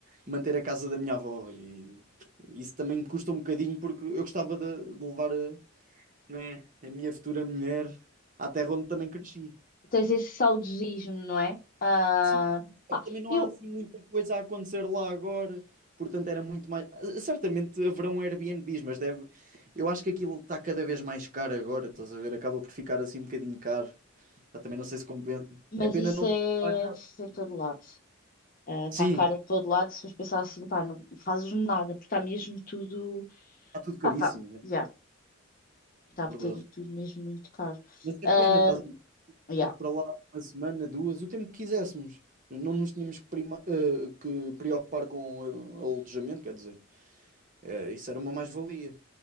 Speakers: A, on the right; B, on the left.
A: manter a casa da minha avó e isso também me custa um bocadinho porque eu gostava de, de levar a, né? A minha futura mulher, à terra onde também cresci.
B: Tens esse saudosismo, não é? Ah,
A: Sim.
B: pá,
A: Só que também não
B: eu,
A: há assim muita coisa a acontecer lá agora. Portanto, era muito mais. ah, Certamente haverão Airbnbs, mas deve. Eu acho que aquilo está cada vez mais caro agora, estás a ver? Acaba por ficar assim um bocadinho caro. Pá, também não sei se compensa.
B: mas
A: É pena
B: isso
A: não
B: é
A: ter lá a casa.
B: em todo lado. Está
A: Sim,
B: caro em todo lado. Se fores pensar assim, pá, não fazes nada, porque está mesmo tudo.
A: está tudo caríssimo,
B: Pá, está.
A: né?
B: Já, está
A: é verdade.
B: tudo mesmo muito caro.
A: Mas é
B: ah
A: pena, estás a ver,
B: já
A: ir para lá uma semana, duas, o tempo que quiséssemos. Não nos tínhamos que, prima- eh, que preocupar com eh, alojamento, quer dizer. Eh, isso era uma mais-valia.